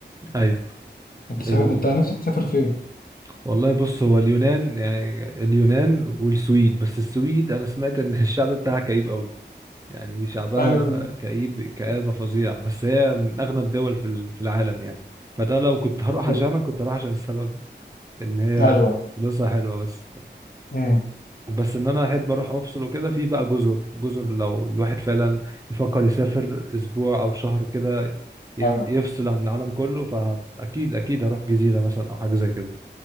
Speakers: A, on the right; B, on the left.
A: ايوه
B: انت
A: ال...
B: سافر... انت نفسك تسافر فين؟
A: والله بص هو اليونان يعني اليونان والسويد بس السويد انا سمعت ان <laughs> الشعب بتاعها كئيب قوي يعني شعبها
B: ايوه
A: كئيب كآبة فظيعة بس هي من اغنى الدول في ال- في العالم يعني فده لو كنت هروح
B: إيه.
A: عشانها كنت هروح عشان السبب ده ان هي
B: ايوه
A: فلوسها حلوة بس
B: امم
A: بس ان انا احب اروح افصل وكده في بقى جزر جزر لو الواحد فعلا يفكر يسافر اسبوع او شهر كده يعني
B: ايوه
A: يفصل عن العالم كله فاكيد اكيد هروح جزيره مثلا او حاجه زي كده